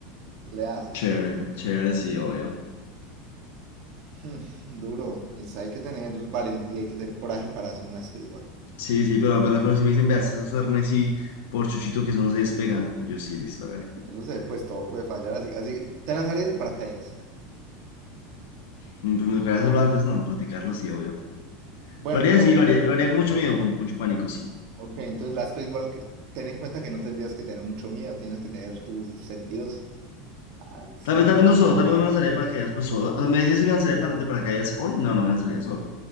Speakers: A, on the right (about 50°); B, on the left (about 75°).
A: le haces.
B: Chévere,
A: <laughs>
B: chévere, sí, obvio.
A: Hmm, duro. Es- hay que tener valentía, hay que tener coraje para hacer una spacewalk.
B: Sí, sí, pero, pero, pero si me dicen, veas, esos suernes y por chuchito que eso no se despega. Yo sí, listo, hágale.
A: Eso se, pues todo puede fallar, así, así te lanzarías de paracaídas.
B: Mm, Pero me tocaría hacerlo antes, no, practicarlo, sí, obvio.
A: Bueno,
B: Lo haría,
A: pero,
B: sí, lo haría, lo haría con mucho miedo, con mucho pánico, sí.
A: ok, entonces la spacewalk, ten en cuenta que no tendrías que tener mucho miedo, tienes que tener tus sentidos al cinco
B: Tal vez, tal vez no solo, tal vez no me lanzaría de paracaídas, pues solo. O sea, me dices si me lanzaría de para- de paracaídas hoy, no, no me lanzaría solo.